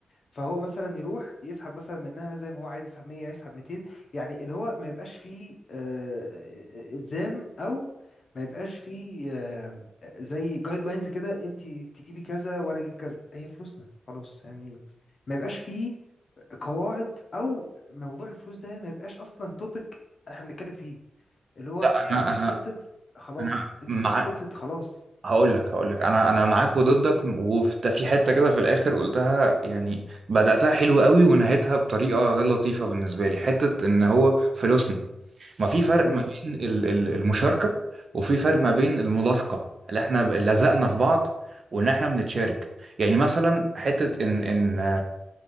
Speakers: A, on the left; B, on the right.
A: فهو مثلا يروح يسحب مثلا منها زي ما هو عايز يسحب 100 يسحب 200 يعني اللي هو ما يبقاش فيه آه، آه، آه، الزام او ما يبقاش فيه آه، زي جايد لاينز كده انت تجيبي كذا وانا اجيب كذا هي فلوسنا خلاص يعني ما يبقاش فيه قواعد او موضوع الفلوس ده ما يبقاش اصلا توبيك احنا بنتكلم فيه اللي هو
B: لا انا
A: انا فلوسي
B: انا
A: خلصت خلاص
B: انا
A: انت
B: مع
A: فلوسك خلصت خلاص
B: هقول لك هقول لك انا انا معاك وضدك وفي في حته كده في الاخر قلتها يعني بداتها حلو قوي ونهيتها بطريقه غير لطيفه بالنسبه لي حته ان هو فلوسنا ما في فرق
A: اه
B: ما بين ال- ال- المشاركه وفي فرق ما بين الملاصقه اللي احنا ب- لزقنا في بعض وان احنا بنتشارك يعني مثلا حته ان ان